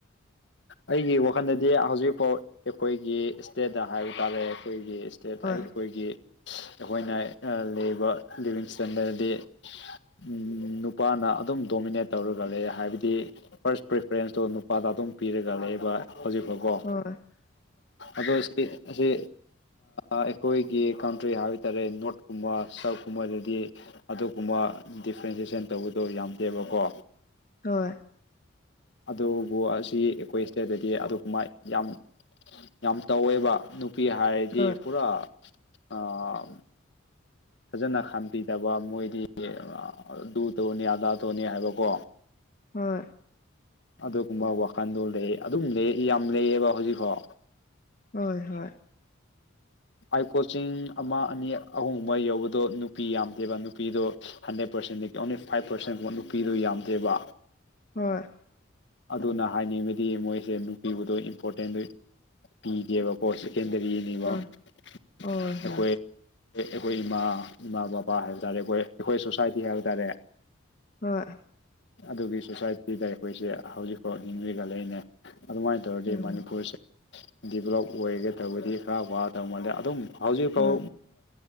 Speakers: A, on the left; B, on the left.
A: ꯑꯩꯒꯤ ꯋꯥꯈꯜꯗꯗꯤ ꯍꯧꯖꯤꯛ ꯐꯥꯎ ꯑꯩꯈꯣꯏꯒꯤ ꯏꯁꯇꯦꯠꯇ ꯍꯥꯏꯕ ꯇꯥꯔꯦ ꯑꯩꯈꯣꯏꯒꯤ
B: ꯍꯣꯏ
A: ꯑꯩꯈꯣꯏꯒꯤ ꯑꯩꯈꯣꯏꯅ ꯂꯩꯕ ꯂꯤꯕꯤꯡ ꯏꯁꯇꯦꯟꯗꯔꯗꯤ ꯎꯝ ꯅꯨꯄꯥꯅ ꯑꯗꯨꯝ ꯗꯣꯃꯤꯅꯦꯠ ꯇꯧꯔꯒ ꯂꯩ ꯍꯥꯏꯕꯗꯤ ꯐꯥꯔꯁ ꯄ꯭ꯔꯤꯐꯔꯦꯟꯁꯇꯣ ꯅꯨꯄꯥꯗ ꯑꯗꯨꯝ ꯄꯤꯔꯒ ꯂꯩꯕ ꯍꯧꯖꯤꯛꯐꯥꯎꯀꯣ
B: ꯍꯣꯏ
A: ꯑꯩꯈꯣꯏ ꯁꯤ ꯑꯁꯤ ꯑꯩꯈꯣꯏꯒꯤ ꯀꯟꯇ꯭ꯔꯤ ꯍꯥꯏꯕ ꯇꯥꯔꯦ ꯅꯣꯔꯠ ꯀꯨꯝꯕ ꯁꯥꯎꯠꯀꯨꯝꯕꯗꯗꯤ ꯑꯗꯨꯒꯨꯝꯕ ꯗꯤꯐ꯭ꯔꯦꯟꯁꯦꯁꯟ ꯇꯧꯕꯗꯣ ꯌꯥꯝꯗꯦꯕꯀꯣ
B: ꯍꯣꯏ
A: ꯑꯗꯨꯕꯨ ꯑꯁꯤ ꯑꯩꯈꯣꯏ ꯏꯁꯇꯦꯠꯇꯗꯤ ꯑꯗꯨꯒꯨꯝꯕ ꯌꯥꯝ ꯌꯥꯝ ꯇꯧꯋꯦꯕ ꯅꯨ ꯅꯨꯄꯤ ꯍꯥꯏꯔꯗꯤ
B: ꯍꯣꯏ
A: ꯄꯨꯔꯥ ꯑꯥ
B: <inaudible>
A: ꯐꯥꯖꯅ ꯈꯟꯕꯤꯗꯕ ꯃꯣꯏꯗꯤ ꯑꯗꯨ ꯇꯧꯅꯤ ꯑꯗꯥ ꯇꯧꯅꯤ ꯍꯥꯏꯕꯀꯣ
B: ꯍꯣꯏ
A: ꯑꯗꯨꯒꯨꯝꯕ ꯋꯥꯈꯜꯗꯣ ꯂꯩ ꯑꯗꯨꯝ ꯂꯩ ꯌꯥꯝ ꯂꯩꯌꯦꯕ ꯍꯧꯖꯤꯛꯐꯥꯎ
B: ꯍꯣꯏ ꯍꯣꯏ
A: ꯑꯥꯏ ꯀꯣꯆꯤꯡ ꯑꯃ ꯑꯅꯤ ꯑꯍꯨꯝꯒꯨꯝꯕ ꯌꯧꯕꯗꯣ ꯅꯨꯄꯤ ꯌꯥꯝꯗꯦꯕ ꯅꯨꯄꯤꯗꯣ ꯍꯟꯗ꯭ꯔꯦꯠ ꯄꯥꯔꯁꯦꯟꯗꯒꯤ ꯑꯣꯡꯂꯤ ꯐꯥꯏꯚ ꯄꯥꯔꯁꯦꯟ ꯐꯥꯎ ꯅꯨꯄꯤꯗꯣ ꯌꯥꯝꯗꯦꯕ
B: ꯍꯣꯏ
A: ꯑꯗꯨꯅ ꯍꯥꯏꯅꯤꯡꯕꯗꯤ ꯃꯣꯏꯁꯦ ꯅꯨꯄꯤꯕꯨꯗꯣ ꯏꯝꯄꯣꯔꯇꯦꯟꯗꯣ ꯄꯤꯗꯦꯕ ꯀꯣ ꯁꯦꯀꯦꯟꯗꯔꯤꯅꯤꯕ
B: ꯍꯣꯏ
A: ꯑꯩꯈꯣꯏ
B: ꯍꯣꯏ ꯍꯣꯏ ꯍꯣꯏ
A: ꯑꯩꯈꯣꯏ ꯏꯃꯥ ꯏꯃꯥ ꯕꯕꯥ ꯍꯥꯏꯕ ꯇꯥꯔꯦ ꯑꯩꯈꯣꯏ ꯑꯩꯈꯣꯏ ꯁꯣꯁꯥꯏꯇꯤ ꯍꯥꯏꯕ ꯇꯥꯔꯦ
B: ꯍꯣꯏ
A: ꯑꯗꯨꯒꯤ ꯁꯣꯁꯥꯏꯇꯤꯗ ꯑꯩꯈꯣꯏꯁꯦ ꯍꯧꯖꯤꯛꯐꯥꯎ ꯍꯤꯡꯔꯤꯒ ꯂꯩꯅꯦ ꯑꯗꯨꯃꯥꯏꯅ ꯑꯗꯨ ꯑꯣꯏꯔꯗꯤ
B: ꯎꯝ
A: ꯃꯅꯤꯄꯨꯔꯁꯦ ꯗꯤꯕꯂꯞ ꯑꯣꯏꯒꯦ ꯇꯧꯕꯗꯤ ꯈꯔ ꯋꯥꯗꯧ ꯃꯥꯜꯂꯦ ꯑꯗꯨꯝ ꯍꯧꯖꯤꯛ
B: ꯑ
A: ꯐꯥꯎ